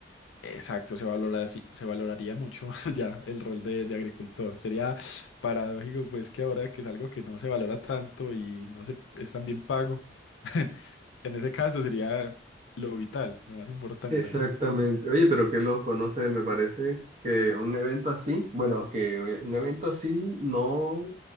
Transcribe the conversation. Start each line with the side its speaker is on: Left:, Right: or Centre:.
Left: Exacto, se valora, sí, se valoraría mucho <laughs> ya el rol de, de agricultor. Sería paradójico, pues, que ahora que es algo que no se valora tanto y no se, es tan bien pago, <laughs> en ese caso sería lo vital, lo más importante.
Right: Exactamente. Oye, pero que los conoce, me parece que un evento así, bueno, que un evento así no,